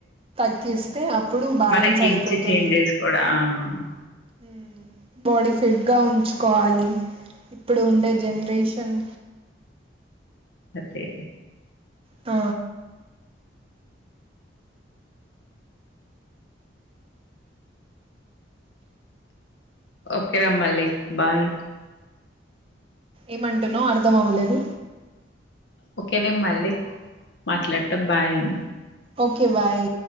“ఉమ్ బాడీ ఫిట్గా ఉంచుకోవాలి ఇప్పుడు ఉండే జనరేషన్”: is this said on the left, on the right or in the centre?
Right